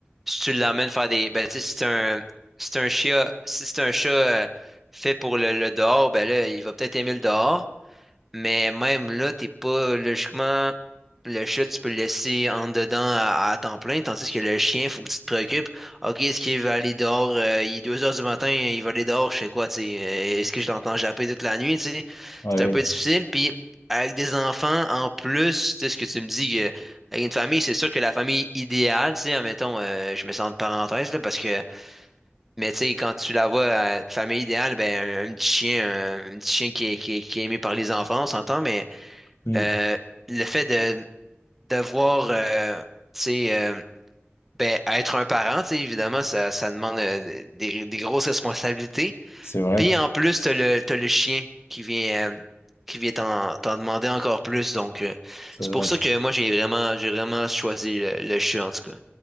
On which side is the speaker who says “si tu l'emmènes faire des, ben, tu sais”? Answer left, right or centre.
Centre